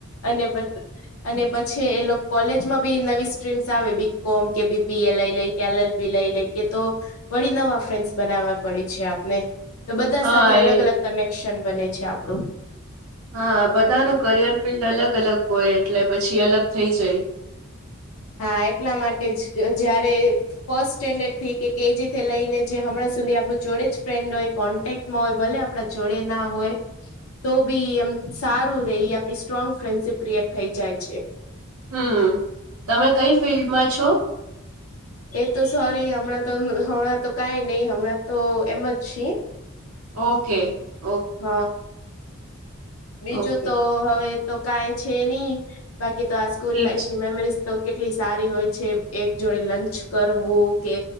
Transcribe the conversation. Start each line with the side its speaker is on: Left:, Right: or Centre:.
Left: અને બધ અને પછી એ કોલેજમાં બી નવી સ્ટ્રીમ્સ આવે બી કોમ કે બીબી <unintelligible> લે લેય - એલ એલ બી કે તો- વળી નવા ફ્રેન્ડસ બનાવવા પડે છે આપને તો બધા
Right: હા
Left: સાથે અલગ
Right: એ
Left: અલગ કનેક્શન બને છે આપણું
Right: હા બધા ન કરિયર ફિલ્ડ અલગ અલગ હોય એટલે પછી અલગ થઈ જાય.
Left: હા એટલા માટે જ જયારે- ફર્સ્ટ સ્ટેન્ડર્ડ થી કે કેજી થી લઈને જે હમણાં સુધી આપણું જોડે જ ફ્રેન્ડ હોય- કોન્ટેકમાં ભલે આપડા જોડે ના હોય- તો બી એમ સારું રહી આપડી સ્ટ્રોંગ ફ્રેન્ડશિપ ક્રિએટ થઈ જાય છે.
Right: હમ તમે કઈ ફિલ્ડમાં છો.
Left: એ તો સોરી હમણાં તો હમણાં તો કઈ નહી હમણાં તો એમ જ છે.
Right: ઓકે ઓકે-
Left: હ બીજું
Right: ઓકે
Left: તો હવે- તો કઈ છે નહી બાકી તો આ સ્કૂલ
Right: ઠીક
Left: લાાઈફને
Right: છે
Left: કોલેજ- તો કેટલી સારી હોય છે એક જોડે લંચ કરવું કે